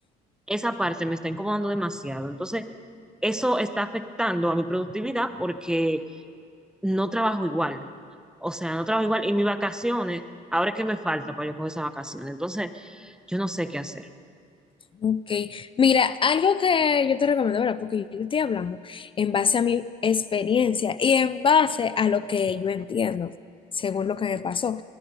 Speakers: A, in the centre; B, on the left.
A: esa parte me está incomodando demasiado. Entonces, eso está afectando a mi productividad porque no trabajo igual. O sea, no trabajo igual. Y mis vacaciones, ahora es que me falta para yo coger esas vacaciones. Entonces, yo no sé qué hacer.
B: Ok, mira, algo que yo te recomiendo, ¿verdad? Porque yo te estoy hablando en base a mi experiencia y en base a lo que yo entiendo, según lo que me pasó.